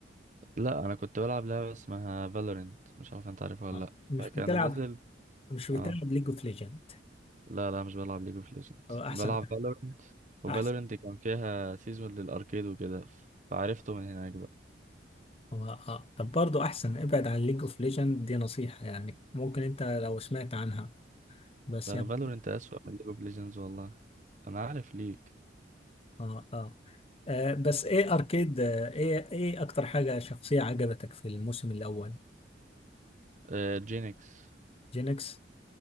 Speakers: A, on the right (about 40°); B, on the left (about 30°).
A: لا انا كنت بلعب لعبه اسمها فالورنت مش عارف انت عارفها ولا
B: آه.
A: لا
B: مش
A: فكان
B: بتلعب
A: نازل
B: مش بتلعب
A: اه
B: ليج اوف ليجند
A: لا لا مش بلعب ليج اوف ليجندز
B: هو احسن
A: بلعب فالورنت وفالورنت
B: احسن
A: كان فيها سيزون للاركيد وكده فعرفته من هناك بقى
B: هو اه طب برضه احسن ابعد عن ليج اوف ليجند دي نصيحة يعني ممكن انت لو سمعت عنها بس
A: ده
B: يعني
A: فالورنت اسوأ من ليج اوف ليجندز والله انا عارف ليك
B: اه اه, آه بس ايه اركيد آه ايه ايه اكتر حاجة شخصية عجبتك في الموسم الاول
A: آه جينكس
B: جينكس